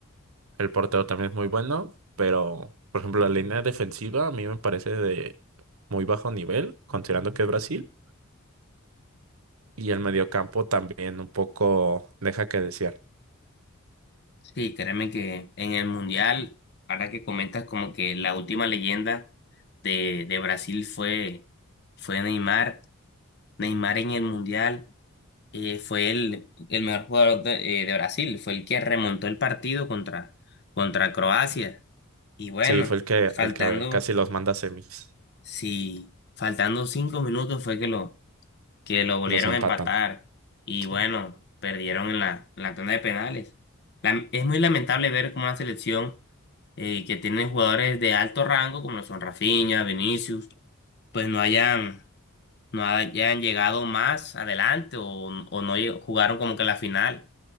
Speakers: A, on the right (about 75°); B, on the left (about 55°).
A: El portero también es muy bueno, pero por ejemplo la línea defensiva a mí me parece de muy bajo nivel, considerando que es Brasil. Y el mediocampo también un poco deja que desear.
B: Sí, créeme que en el Mundial, ahora que comentas como que la última leyenda de, de Brasil fue, fue Neymar Neymar en el Mundial eh, fue el, el mejor jugador de, eh, de Brasil, fue el que remontó el partido contra, contra Croacia. Y bueno,
A: Sí, fue el que,
B: faltando,
A: el que casi los manda a semis.
B: sí, faltando cinco minutos fue que lo, que lo volvieron
A: Los empatan.
B: a empatar. Y
A: Sí.
B: bueno, perdieron en la, en la tanda de penales. La- es muy lamentable ver cómo una selección eh, que tiene jugadores de alto rango, como lo son Rafinha, Vinicius, pues no hayan no hayan llegado más adelante o, o no lle- jugaron como que la final.